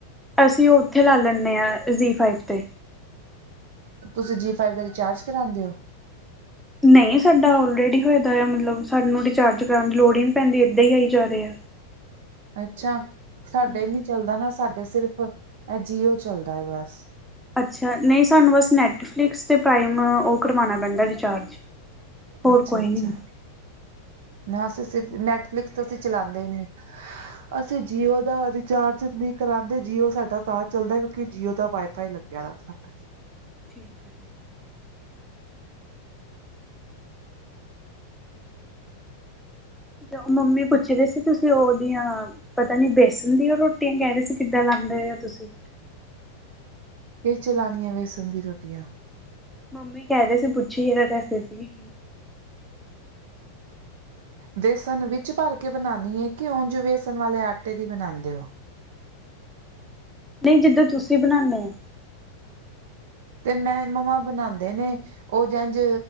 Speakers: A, in the centre; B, on the right (about 55°).
A: ਅਸੀਂ ਉਹ ਉੱਥੇ ਲਾ ਲੈਂਨੇ ਆ, ਜ਼ੀ ਫਾਈਵ ਤੇ।
B: ਤੁਸੀਂ ਜੀ ਫਾਈਵ ਦਾ ਰਿਚਾਰਜ ਕਰਾਂਦੇ ਓ?
A: ਨਹੀਂ, ਸਾਡਾ ਔਲਰੇਡੀ ਹੋਏਦਾ ਆ, ਮਤਲਬ ਸਾਨੂੰ ਰਿਚਾਰਜ ਕਰਾਣ ਦੀ ਲੋੜ ਈ ਨਹੀਂ ਪੈਂਦੀ, ਏਦਾਂ ਈ ਆਈ ਜਾ ਰਹੇ ਆ।
B: ਅੱਛਾ! ਸਾਡੇ
A: ਹਮ
B: ਨੀ ਚੱਲਦਾ ਨਾ, ਸਾਡੇ ਸਿਰਫ ਐ ਜੀਓ ਚੱਲਦਾ ਏ ਬਸ।
A: ਅੱਛਾ, ਨਹੀਂ ਸਾਨੂੰ ਬਸ ਨੈੱਟਫਲਿਕਸ ਤੇ ਪ੍ਰਾਈਮ, ਉਹ ਕਰਵਾਣਾ ਪੈਂਦਾ ਰਿਚਾਰਜ। ਹੋਰ
B: ਅੱਛਾ-ਅੱਛਾ,
A: ਕੋਈ ਨੀ
B: ਨਾ ਅਸੀਂ ਸ ਨੈਟਫਲਿਕਸ ਅਸੀਂ ਚਲਾਂਦੇ ਈ ਨੀ। ਅਸੀਂ ਜੀਓ ਦਾ ਰਿਚਾਰਜ ਨਹੀਂ ਕਰਾਂਦੇ, ਜੀਓ ਸਾਡਾ ਤਾਂ ਚੱਲਦਾ ਕਿਉਂਕਿ ਜੀਓ ਦਾ ਵਾਈਫਾਈ ਲੱਗਿਆ ਵਾ। ਸੱ <unintelligible>
A: ਠੀਕ ਹੈ ਜੀ। ਤੇ ਮੰਮੀ ਪੁੱਛਦੇ ਸੀ ਤੁਸੀਂ ਉਹਦੀਆਂ। ਪਤਾ ਨੀ ਬੇਸਨ ਦੀਆਂ ਰੋਟੀਆਂ ਕਹਿ ਰਹੇ ਸੀ ਕਿੱਦਾਂ ਲਾਉਂਦੇ ਹੋ ਤੁਸੀਂ
B: ਇਹਦੇ ਵਿੱਚ ਲਾਣੀਆ ਵੇਸਣ ਦੀ ਰੋਟੀਆਂ।
A: ਮੰਮੀ ਕਹਿ ਰਹੇ ਸੀ ਪੁੱਛੀ ਜ਼ਰਾ ਰੈਸਪੀ।
B: ਵੇਸਣ ਵਿੱਚ ਭਰ ਕੇ ਬਣਾਉਣੀ ਹੈ ਕਿ ਉਂਝ ਵੇਸਣ ਵਾਲੇ ਆਟੇ ਦੀ ਬਣਾਉਂਦੇ ਹੋ।
A: ਨਹੀਂ ਜਿੱਦਾਂ ਤੁਸੀਂ ਬਣਾਉਦੇ ਆ।
B: ਤੇ ਮੇਰੇ ਮੰਮਾ ਬਣਾਉਦੇ ਨੇ। ਉਹ ਇੰਜ